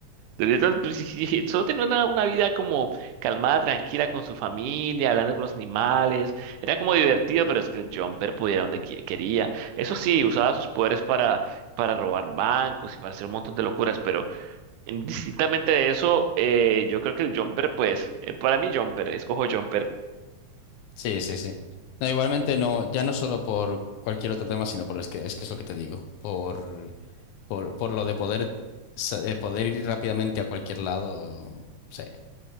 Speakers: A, on the right; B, on the left.
A: De neta, pues, sí, sí, sí, Solo tenía una, una vida como calmada, tranquila con su familia, hablando con los animales. Era como divertido, pero es que el Jumper pudiera donde qui- quería. Eso sí, usaba sus poderes para, para robar bancos y para hacer un montón de locuras, pero indistintamente de eso, eh, yo creo que el Jumper, pues, eh, para mí Jumper, escojo Jumper,
B: Sí, sí, sí. No, igualmente no, ya no solo por cualquier otro tema, sino por es que es que es lo que te digo, por por, por lo de poder sa- eh, poder ir rápidamente a cualquier lado. Sí.